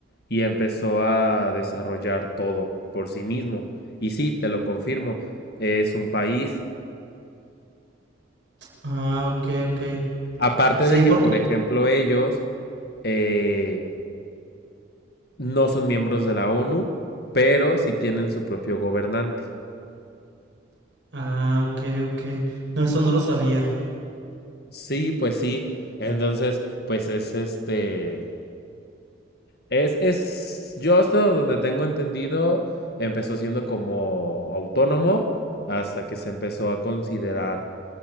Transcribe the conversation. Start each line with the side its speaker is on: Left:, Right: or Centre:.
Left: y empezó a desarrollar todo por sí mismo. Y sí, te lo confirmo, es un país.
Right: Ah, ok, ok.
Left: Aparte
Right: Sí,
Left: de
Right: porque...
Left: que, por ejemplo, ellos eh, no son miembros de la ONU, pero sí tienen su propio gobernante.
Right: Ah, ok, ok. No, eso no lo sabía.
Left: Sí, pues sí. Entonces, pues es este. Es, es. Yo hasta donde tengo entendido, empezó siendo como autónomo hasta que se empezó a considerar